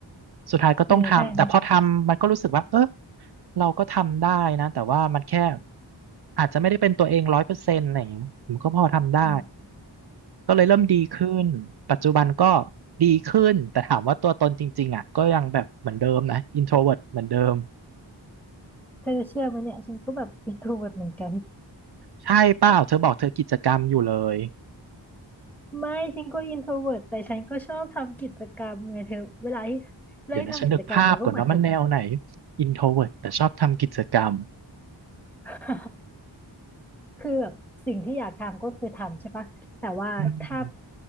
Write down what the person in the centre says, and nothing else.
เออใช่นะ
อืม
เธอจะเชื่อไหมเนี่ยฉันก็แบบอินโทรเวิร์เหมือนกัน
ไม่ฉันก็อินโทรเวิร์แต่ฉันก็ชอบทำกิจกรรมไงเธอเวลาที่เวลาที่ทำกิจกรรมเราก็เหมือนจะ
<laughs> คือแบบสิ่งที่อยากทำก็คือทำใช่ปะแต่ว่าถ้า